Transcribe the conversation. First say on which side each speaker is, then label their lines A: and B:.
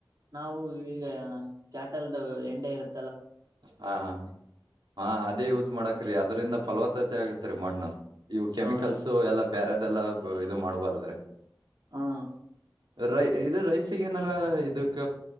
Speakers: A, on the right; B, on the right.
A: ನಾವು ಈಗ ಕ್ಯಾಟಲ್ದು ಎಂಡೆ ಇರುತ್ತೆ.
B: ಹಾ ಹ ಹಾ ಅದೇ ಯೂಸ್ ಮಾಡಕ್ರೀ ಅದ್ರಂದ ಫಲವತ್ತತೆ ಆಗತ್ರಿ ಮಣ್ಣು. ಇವು ಕೆಮಿಕಲ್ಸ್
A: ಹೌದು
B: ಎಲ್ಲಾ ಬೇರೆದೆಲ್ಲ ಇದು ಮಾಡ್ಬಾರ್ದ್ರಿ.
A: ಹಾ
B: ರೈ ಇದು ರೈಸಿಗೆ ಏನಾರ ಇದಕ್ಕ